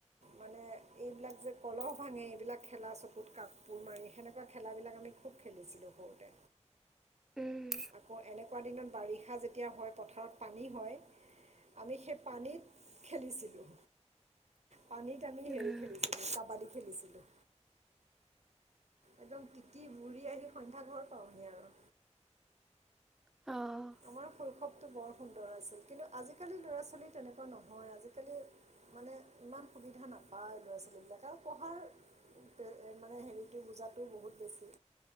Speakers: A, on the right (about 65°); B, in the centre.
A: মানে এইবিলাক যে কলহ ভাঙে, এইবিলাক খেলা চকুত কাপোৰ মাৰি, সেনেকুৱা খেলাবিলাক আমি খুব খেলিছিলোঁ সৰুতে।
B: উম
A: আকৌ এনেকুৱা দিনত বাৰিষা যেতিয়া হয়, পথাৰত পানী হয়, আমি সে পানীত খেলিছিলোঁ। পানীত আমি
B: উম
A: হেৰি খেলিছিলোঁ, কাবাডী খেলিছিলোঁ। একদম তিতি ভুৰি আহি সন্ধ্যা ঘৰ পাওঁহি আৰু।
B: অ'।
A: আমাৰ শৈশৱটো বৰ সুন্দৰ আছিল। কিন্তু আজিকালি ল'ৰা ছোৱালী তেনেকুৱা নহয়। আজিকালি মানে ইমান সুবিধা নাপায় ল'ৰা ছোৱালীবিলাক আৰু পঢ়াৰ মানে হেৰিটো বুজাতটো বহুত বেছি